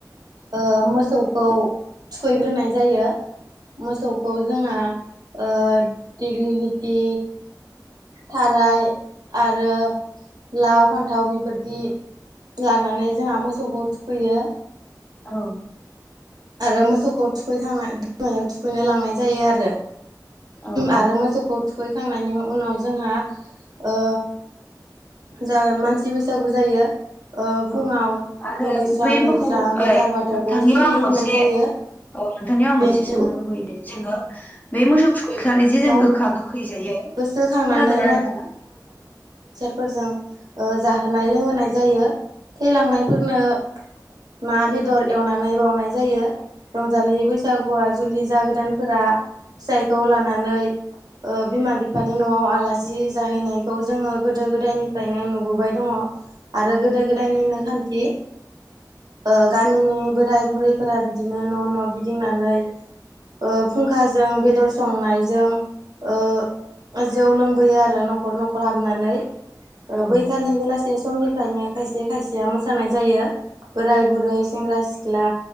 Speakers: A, on the right; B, on the left.
A: ओ मोसौखौ थुखैग्रोनाय जायो मोसौखौ जोंहा ओ दिग्लिलिथि थाराय आरो लाव फान्थाव बेफोरदि लानानै जोंहा मोसौखौ थुखैयो।
B: औ।
A: आरो मोसौखौ थुखैखांना गोमायाव थुखैनो लांनाय जायो आरो।
B: औ
A: आरो
B: नंगौ
A: मोसौखौ थुखैखांनायनि उनाव जोंहा ओ ज मानसि बैसागु जायो। ओ
B: औ
A: फुङाव
B: आरो
A: दुगैस्रां
B: बै
A: लोबस्रां
B: मोखौ
A: गोथार बाथौखौ
B: नोंथांनियाव
A: सिबिग्रोनाय
B: आं मोनसे
A: जायो
B: औ नोंथांनियाव आं
A: बेनि
B: मोनसे सोंनो लुुबैयो दे जोङो। बे मोसौ थुखैखालि
A: उनाव
B: जे जों गोखा गोखै जायो
A: गोसोखांनानै
B: खोनादोंना नोंथाङा?
A: फोरजों ओ जाहोनाय लोंहोनाय जायो थैलांनायफोरनो ना बेदर एवनानै बावनाय जायो। रंजालि बैसागुआ जुलि जागोदानफोरा फिथाइखौ लानानै ओ बिमा बिफानि न'आव आलासि जाहैनायखौ जोङो गोदो गोदायनिफ्रायनो नुबोबाय दङ। आरो गोदो गोदायनिनो खान्थि। ओ गामिनि बोराय बुरैफोरा बिदिनो न' न' गिदिंनानै ओ फुंखाजों बेदर संनाय जों जौ लोंबोयो आरो न'खर न'खर हाबनानै ओ
B: औ
A: बैखालि बेलासे समनिफ्रायनो खायसे खायसेया मोसानाय जायो‌। बोराय बुरै सेंग्रा सिख्ला